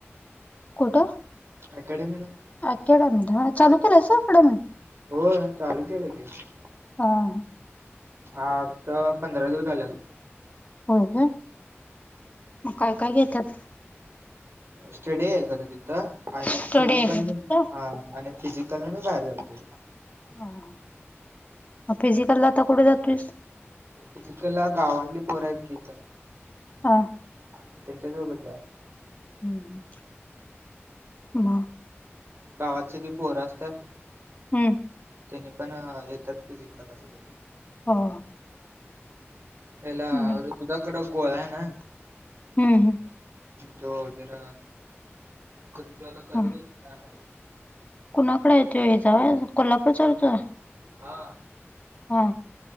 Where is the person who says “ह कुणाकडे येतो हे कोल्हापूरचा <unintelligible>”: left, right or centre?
Left